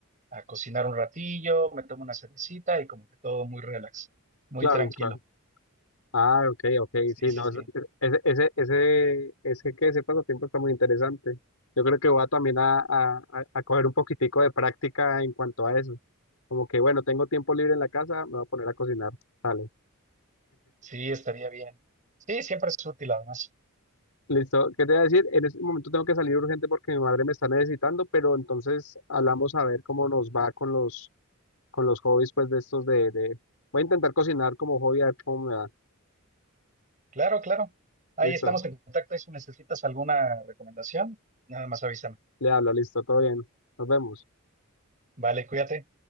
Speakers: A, on the right; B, on the left.
A: a cocinar un ratillo, me tomo una cervecita y como que todo muy relax, muy
B: Claro,
A: tranquilo.
B: claro. Ah, ok, ok,
A: Sí,
B: sí,
A: sí,
B: no,
A: sí.
B: es- ese, ese, ese, ese, que ese pasatiempo está muy interesante. Yo creo que voy a también a, a, a a coger un poquitico de práctica en cuanto a eso. Como que, bueno, tengo tiempo libre en la casa, me voy a poner a cocinar. Dale.
A: Sí, estaría bien. Sí, siempre es útil además.
B: Listo, ¿qué te voy a decir? En este momento tengo que salir urgente porque mi madre me está necesitando, pero entonces hablamos a ver cómo nos va con los, con los hobbies, pues de estos de, de... Voy a intentar cocinar como hobby, a ver cómo me va.
A: Claro, claro. Ahí
B: Listo,
A: estamos en contacto y si necesitas alguna recomendación, nada más avísame.
B: le hablo, listo, todo bien. Nos vemos.
A: Vale, cuídate.